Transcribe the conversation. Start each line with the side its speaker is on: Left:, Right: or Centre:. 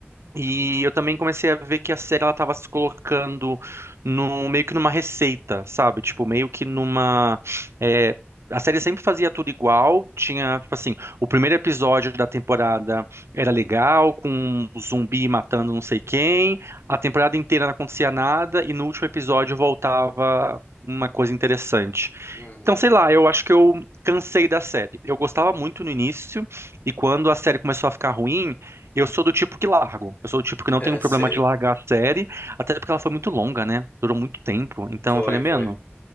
Right: E eu também comecei a ver que a série ela tava se colocando no meio que numa receita, sabe? Tipo, meio que numa é, a série sempre fazia tudo igual, tinha, tipo assim, o primeiro episódio da temporada era legal, com um zumbi matando não sei quem, a temporada inteira não acontecia nada e no último episódio voltava uma coisa interessante.
Left: uhum.
Right: Então, sei lá, eu acho que eu cansei da série. Eu gostava muito no início e quando a série começou a ficar ruim, eu sou do tipo que largo. Eu sou do tipo que
Left: <laughs>
Right: não
Left: É,
Right: tem um
Left: sei.
Right: problema de largar a série, até porque ela foi muito longa, né? Durou muito tempo. Então
Left: Foi,
Right: eu falei, mano,
Left: foi.